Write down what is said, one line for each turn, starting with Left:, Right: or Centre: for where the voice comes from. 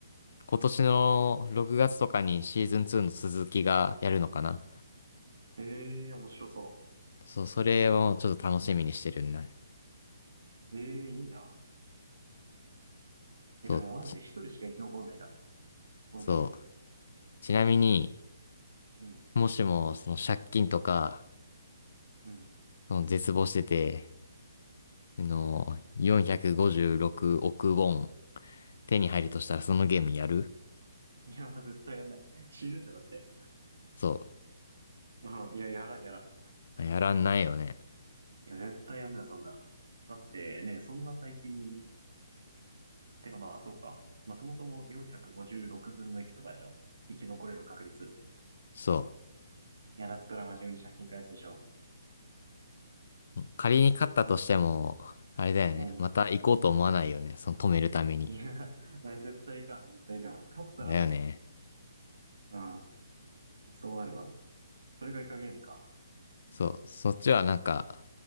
Left: 今年の6月とかにシーズン2の続きがやるのかな。
Right: ええ、面白そう。
Left: そう、それをちょっと楽しみにしてるんだ。
Right: ええいいな。え、
Left: そう、
Right: じゃあもうマジで一人しか生き残んないな。
Left: ち、
Right: 本当に。
Left: そう。ちなみに、
Right: うん。
Left: もしもその借金とか、
Right: うん。
Left: その絶望してて、あの、456億ウォン手に入るとしたらそのゲームやる
Right: いや、絶対やんない。死ぬじゃんだって。
Left: そ
Right: うん。いや、やらん、やらん。
Left: う。やらんないよね。
Right: いや、絶対やんない、そんな。だってね、そんな大金、てかまあ、そうか。まあ、そもそも456分の1とかでしょ。生き残れる確率。
Left: そう。
Right: いや、だったら真面目に借金返すでしょ。
Left: 仮に勝ったとしても、あれだよね。
Right: うん。
Left: また行こうと思わないよね。その止めるために。
Right: いや、<laughs> 絶対いかん、絶対いかん。勝ったらも
Left: だよね。
Right: う、うん。そうなるわ。それがイカゲームか。
Left: そう。そっちはなんか、